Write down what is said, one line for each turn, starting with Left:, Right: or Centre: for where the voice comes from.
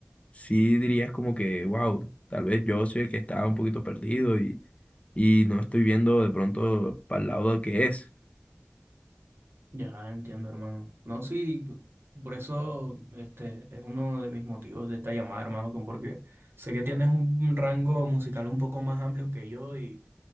Left: sí dirías como que, wow, tal vez yo soy el que está un poquito perdido y, y no estoy viendo de pronto para el lado que es.
Right: Ya entiendo, hermano. No, sí, por eso este es uno de mis motivos de esta llamada, hermano, con- porque sé que tienes un, un rango musical un poco más amplio que yo y